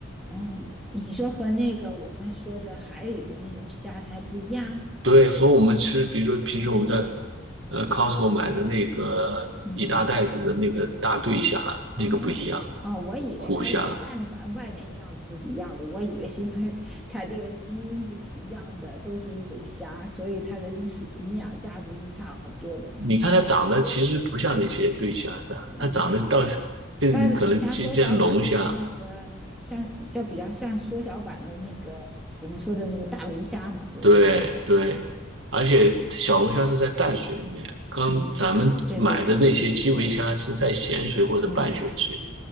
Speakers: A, in the centre; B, on the right (about 60°).
A: 哦，你说和那个我们说的海里的那种虾它还不一样？
B: 对，和我们吃，比如说平时我们在
A: 哦，
B: 呃 Costco 买的那个一大袋子的那个大对虾，
A: 嗯，
B: 那个不一样，
A: 哦，哦，我以为它也看着，
B: 虎虾。
A: 反正外面样子是一样的，我以为是因为 <laughs> 它这个基因是一样的，都是一种虾，所以它的是营养价值是差不多的呢。
B: 你看它长得其实不像那些对虾啥，
A: 嗯，
B: 它长得倒是更可能接近龙虾，
A: 但是挺像缩小版的那个，像叫比较像缩小版的那个我们说的那个大龙虾嘛，就是那种。
B: 对对，而且小龙虾是在淡水里面，刚咱们买的那些基围虾是在咸水或者半咸水，
A: 嗯，对对对，是的。嗯，